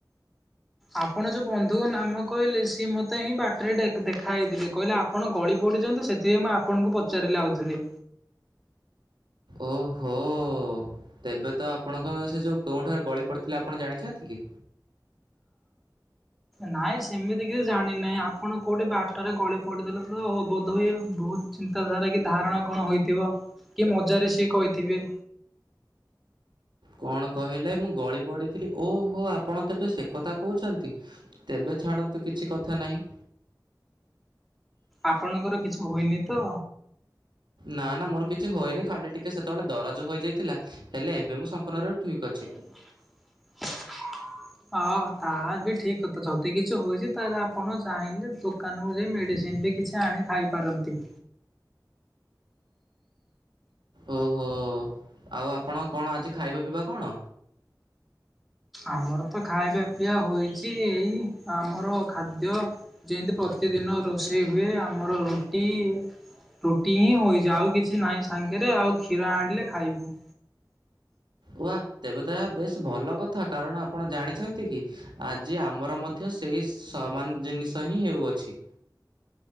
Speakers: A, in the centre; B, on the right.
A: ଆପଣ ଯୋଉ ବନ୍ଧୁଙ୍କ ନାମ କହିଲେ ସିଏ ମତେ ହିଁ ବାଟରେ ଦେଖାଇଥିଲେ। କହିଲେ ଆପଣ ଗଳି ପଡ଼ିଚ ନ୍ତି। ସେଥିପାଇଁ ମୁଁ ଆପଣଙ୍କୁ ପଚାରିଲି ଆଉଥିରେ।
B: ଓହୋ! ଓହ! ତେବେ ତ ଆପଣଙ୍କର ସେ ଯୋଉ କୋଉଠାରେ ଗଳି ପଡ଼ିଥିଲା ଆପଣ ଜାଣିଛନ୍ତି କି?
A: ନାଇଁ ସେମିତି କିଛି ଜାଣିିନହିଁ। ଆପଣ କୋଉଠି ବାଟରେ ଗଳି ପଡ଼ିଥିଲେ ତ ବୋଧ ହ ବହୁତ ଚିନ୍ତାଧାରା କି ଧାରଣା କଣ ହୋଇଥିବ? କି ମଜାରେ ସିଏ କହିଥିବେ।
B: କଣ କହିଲେ ମୁଁ ଗଳି ପଡିଥିଲି? ଓହୋ! ଆପଣ ତବେ ସେ କଥା କହୁଛନ୍ତି। ତେବେ ଛାଡ଼ନ୍ତୁ କିଛି କଥା ନାହିଁ।
A: ଆପଣଙ୍କର କିଛି ହୁଏନି ତ।
B: ନା ନା, ମୋର କିଛି ହଏନି ଖାଲି ଟିକେ ସେତେବେଳେ ଦରଜ ହୋଇଯାଇଥିଲା। ହେଲେ ଏବେ ମୁଁ ସମ୍ପୂର୍ଣ୍ଣ ରରେ ଠିକ୍ ଅଛି।
A: <unintelligible> ହ ତାର ବି ଠିକ କଥା ଯଦି କିଛି ହଛି ତାହେଲେ ଆପଣ ଚାହିଁଲେ ଦୋକାନୁ ଯିଵି ମେଡ଼ିସିନ ବି କିଛି ଆଣି ଖାଇପାରନ୍ତି।
B: ଓହୋ! ଆଉ ଆପଣ କଣ ଆଜି ଖାଇବା ପିଇବା କଣ?
A: ଆମର ତ ଖାଇବା ପିଇଆ ହେଇଛି ଏଇ ଆମର ଖାଦ୍ୟ। ଯେମିତି ପ୍ରତିଦିନ ରୋଷେଇ ହୁଏ। ଆମର ରୁଟି ରୁଟି ହିଁ ହୋଇଛି ଆଉ କିଛି ନାହିଁ ସାଙ୍ଗରେ ଆଉ କ୍ଷୀର ଆଣିଲେ ଖାଇବୁ।
B: ଓହ! ତେବେ ତ ଏହା ବେଶ୍ ଭଲ କଥା କାରଣ ଆପଣ ଜାଣିଛନ୍ତି କି ଆଜି ଆମର ମଧ୍ୟ ସେଇ ସମାନ ଜିନିଷ ହିଁ ହେଉଅଛି।